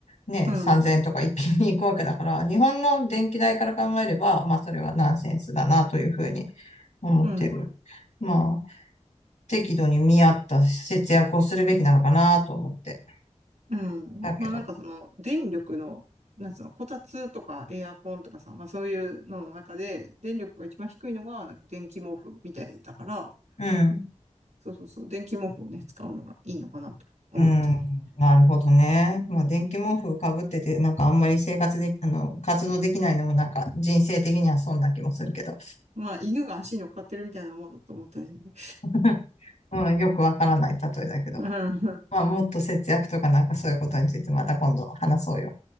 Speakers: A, on the left; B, on the right.
A: ね、
B: うん、
A: 3000円とか一気に行くわけだから、日本の電気代から考えれば、まあそれはナンセンスだなというふうに思ってる。
B: うん。
A: まあ、適度に見合った節約をするべきなのかなと思って。
B: うん。
A: だけど。
B: まあなんかその電力の、なんつうの、こたつとかエアコンとかさ、まあそういうのの中で電力が一番低いのがなんか電気毛布みたいだから、
A: うん。
B: そうそうそう、電気毛布をね、使うのがいいのかなと思ったね。
A: うん。なるほどね。まあ、電気毛布かぶってて、なんかあんまり生活で、あの、活動できないのもなんか人生的にはそんな気もするけど。
B: まあ犬が足に乗っかってるみたいなもんだと思ったらいいんで。
A: <laughs> うん。よくわからない例えだけど。
B: うん、
A: まあ、もっと節約とかなんかそういうことについてまた今度話そうよ。